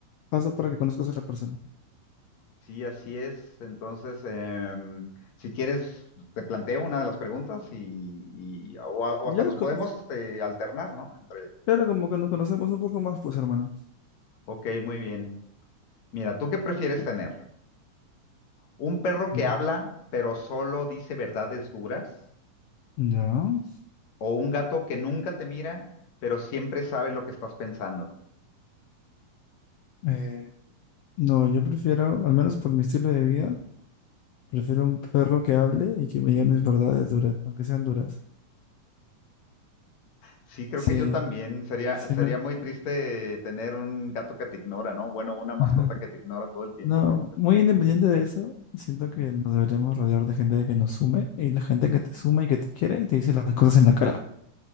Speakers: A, on the left (about 90°); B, on the left (about 60°).
A: paso para que conozcas a la persona.
B: Sí, así es. Entonces, em, si quieres, te planteo una de las preguntas y, y- o, a- o
A: Ya,
B: hasta nos
A: como,
B: podemos este, alternar, ¿no? Entre...
A: claro, como que nos conocemos un poco más, pues, hermano.
B: Ok, muy bien. Mira, ¿tú qué prefieres tener? ¿Un perro que
A: Ujú.
B: habla pero solo dice verdades duras?
A: Ya.
B: ¿O un gato que nunca te mira pero siempre sabe lo que estás pensando?
A: eh, no, yo prefiero, al menos por mi estilo de vida, prefiero un perro que hable y que me diga mis verdades duras, aunque sean duras.
B: Sí, creo
A: Sí,
B: que yo también. Sería,
A: sí
B: sería
A: me...
B: muy triste tener un gato que te ignora, ¿no? Bueno, una mascota
A: <laughs>
B: que te ignora todo el tiempo,
A: No,
B: que nunca...
A: muy independiente de eso, siento
B: Ujú.
A: que nos deberíamos rodear de gente que nos sume y la gente que te suma y que te quiere te dice las cosas en la cara.